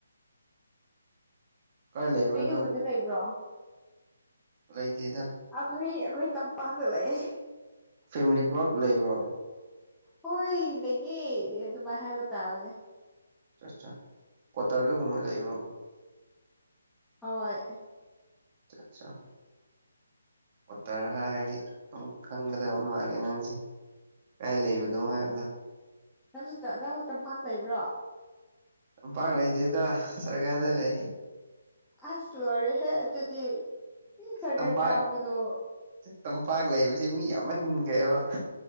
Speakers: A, on the right; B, in the centre.
A: ꯀꯥꯏ ꯂꯩꯕ꯭ꯔꯣ
B: ꯅꯣꯏꯗꯤ
A: ꯅꯣ
B: ꯈꯨꯟꯗ ꯂꯩꯕ꯭ꯔꯣ
A: ꯂꯩꯇꯦꯗ
B: ꯑꯩꯈꯣꯏ ꯑꯩꯈꯣꯏ ꯇꯝꯄꯥꯛꯇ ꯂꯩꯌꯦ
A: ꯐꯦꯃꯦꯂꯤ ꯄ꯭ꯔꯞ ꯂꯩꯕꯔꯣ
B: ꯍꯣꯏ ꯂꯩꯌꯦ ꯑꯗꯨꯃꯥꯏ ꯍꯥꯏꯕ ꯇꯥꯕꯅꯦ
A: ꯆꯥ ꯆꯥ ꯀꯋꯥꯇꯔꯗ ꯒꯨꯝꯕ ꯂꯩꯕ꯭ꯔꯣ
B: ꯍꯣꯏ
A: ꯆꯥ ꯆꯥ ꯀꯋꯥꯇꯔ ꯍꯥꯏꯔꯗꯤ ꯑꯃꯨꯛ ꯈꯪꯒꯗꯕ ꯃꯥꯜꯂꯦ ꯅꯪꯁꯦ ꯀꯥꯏ ꯂꯩꯕꯅꯣ ꯍꯥꯏꯔꯒ
B: ꯑꯣ ꯅꯪꯁꯨ ꯅꯪꯁꯨ ꯇꯝꯄꯥꯛ ꯂꯩꯕ꯭ꯔꯣ
A: ꯇꯝꯄꯥꯛ ꯂꯩꯇꯦꯗ ꯁꯔꯒꯗ ꯂꯩ
B: ꯑꯁ ꯂꯣꯏꯔꯦꯍꯦ ꯑꯗꯨꯗꯤ ꯁꯔꯒ
A: ꯇꯝꯄꯥꯛ
B: ꯀꯥꯕꯗꯣ
A: ꯇꯝꯄꯥꯛ ꯂꯩꯕꯁꯦ ꯃꯤ ꯌꯥꯝꯃꯟꯒ꯭ꯔꯦꯕ